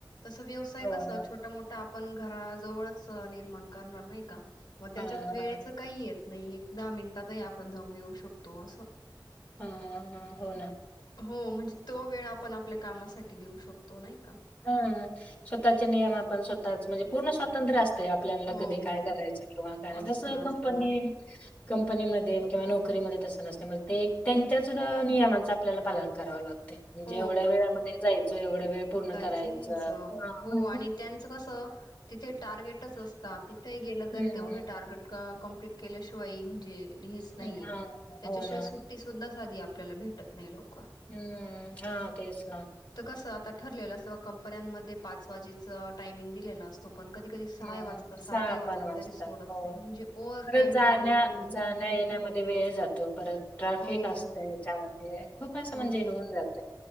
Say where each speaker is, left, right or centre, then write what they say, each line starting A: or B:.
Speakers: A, on the left (about 60°); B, on the left (about 20°).
A: तस व्यवसाय
B: हो
A: कसा
B: ना.
A: छोटा मोठा आप पण घरा जवळच, निर्माण करणार नाही का? म त्याच्यात,
B: हां,
A: वेळेचं
B: हां.
A: काही येत नई, एक दहा मिनिटातही आपण जाऊ येऊ शकतो असं.
B: ह ह, हो ना.
A: हो, म्हणजे तो वेळ आपण आपल्या कामासाठी देऊ शकतो, नाही का
B: ह स्वतःचे नियम आपण स्वताच म्हणजे पूर्ण स्वा स्वातंत्र्य अस असतय. आपल्याला
A: हो
B: कदी काय
A: हो
B: करायचं किंवा काय.
A: असतं
B: कस
A: ना
B: कंपनी,
A: असतं ना
B: कंपनी मध्ये किंवा नोकरी मध्ये तस तेनास्नी म ते त्यांच्याच नियमांच आपल्याला पालन करावं लाग गते. म्हणजे
A: हो
B: एवढ्या वेळामध्ये जायचं, एवढ वेळ पूर्ण करायचं.
A: कस यायच.
B: हां.
A: हो आणि त्याचं कसं <unintelligible>
B: हं, हं.
A: <unintelligible> कम्प्लीट केल्याशिवायी म्हणजे? हेच नाहीये,
B: हां.
A: त्याच्याशिवाय
B: हो ना.
A: सुट्टी सुद्धा - साधी, आपल्याला भेटत नाही लोक.
B: हूॅम... हा, तेच ना. <unintelligible>
A: असं आता ठरलेलं असतं. कंपन्यांमध्ये पाच वाजेच टायमिंग दिलेला असतो. पण कधी कधी सहाही
B: हम्म,
A: वाजता
B: सहा
A: सातही वाजता
B: पण वाजतात.
A: तरी सोडत
B: हो
A: नाही म्हणजे ओव्हर
B: परत
A: टाईम
B: जाण्या,
A: काम करून घेतलं
B: जाण्या-
A: जातं.
B: येण्यामध्ये वेळ जातो. परत ट्राफिक
A: हो
B: असतो
A: हो
B: याच्यामध्ये खूपच, असं
A: हो
B: म्हणजे
A: ना
B: हे
A: हो
B: हून
A: ना.
B: जात.